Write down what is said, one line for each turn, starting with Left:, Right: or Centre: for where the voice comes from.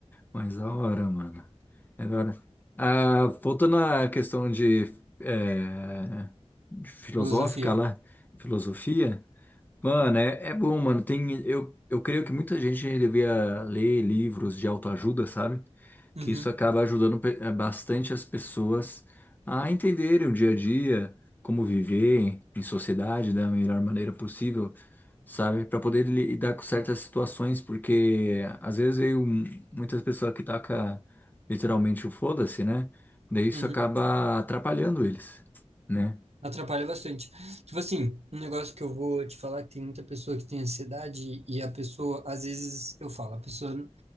Left: Mas da hora, mano. É da hora. Ah, voltando à questão de, é, de filosófica
Right: Filosofia.
Left: lá, filosofia, mano, é, é bom, mano. Tem, eu, eu creio que muita gente devia ler livros de autoajuda, sabe?
Right: Uhum,
Left: Que isso acaba ajudando pe- eh, bastante as pessoas a entenderem o dia a dia, como viver em sociedade da melhor maneira possível sabe? Para poder lidar com certas situações, porque às vezes eu, muitas pessoas que tacam literalmente o foda-se, né? Daí isso
Right: uhum.
Left: acaba atrapalhando eles, né?
Right: Atrapalha bastante. Tipo assim, um negócio que eu vou te falar que tem muita pessoa que tem ansiedade e a pessoa, às vezes, eu falo, a pessoa,